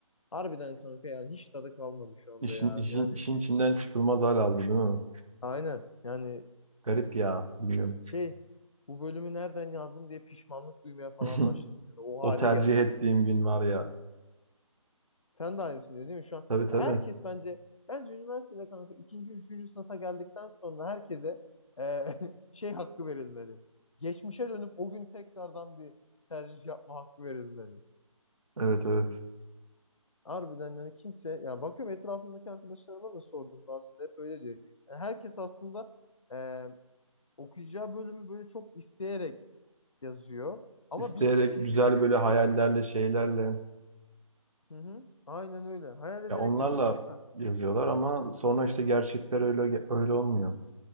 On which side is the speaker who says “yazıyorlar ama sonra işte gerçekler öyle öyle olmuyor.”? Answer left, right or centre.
Right